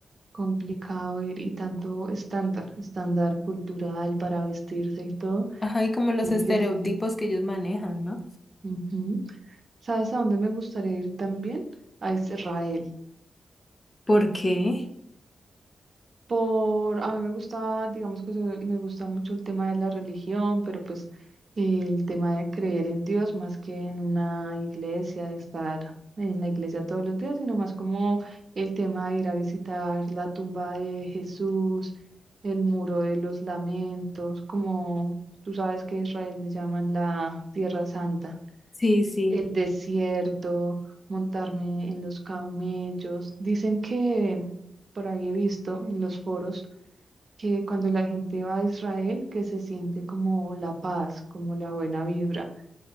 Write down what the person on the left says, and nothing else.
Ajá, y como
los estereotipos
que ellos manejan, ¿no?
¿Por qué?
Sí, sí.